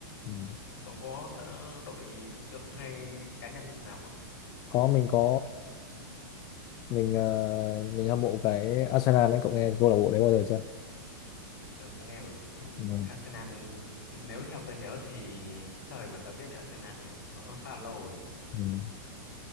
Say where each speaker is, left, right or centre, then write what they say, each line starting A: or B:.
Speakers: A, on the left (about 35°); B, on the left (about 75°).
A: ừ.
B: cậu có thợ, đội thần tượng hay cá nhân nào không
A: có mình có mình ờ, mình hâm mộ cái Arsenal đấy cậu nghe câu lạc bộ đấy bao giờ chưa
B: Ờ, tớ nghe rồi Ui,
A: ừ.
B: Arsenal nếu theo tớ nhớ thì cái thời mà tớ biết đến Arsenal thì nó khá là lâu rồi
A: Ừ.